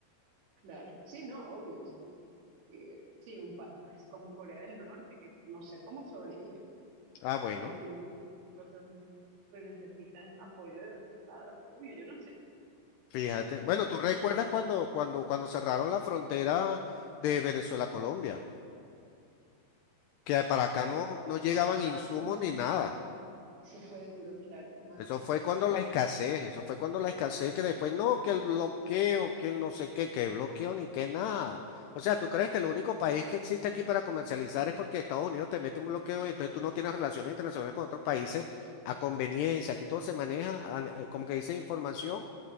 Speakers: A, on the right; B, on the left.
A: Claro, sí, no, obvio, sí, Eh, sí, un pa es como Corea del Norte, que no sé cómo sobrevive,
B: Ah, bueno,
A: porque tienen que tener cosas muy, pues necesitan apoyo de otros lados, obvio, yo no sé,
B: fíjate. Bueno,
A: no
B: ¿tú
A: sé
B: recuerdas
A: cómo lo hacen,
B: cuando, cuando, cuando cerraron la frontera de Venezuela a Colombia? Que para acá
A: pero
B: no,
A: fue-
B: no llegaban insumos
A: ah, sí,
B: ni nada.
A: eso fue duro, claro, me acuerdo,
B: Eso fue cuando
A: sí, sí,
B: la escasez, eso fue cuando la escasez que después no, que el bloqueo, que el no sé qué, que bloqueo ni que nada. O sea, ¿tú crees que el único país que existe aquí para comercializar es porque Estados Unidos te mete un bloqueo y entonces tú no tienes relaciones internacionales con otros países a conveniencia? Aquí todo se maneja, ah, eh, como que dice, información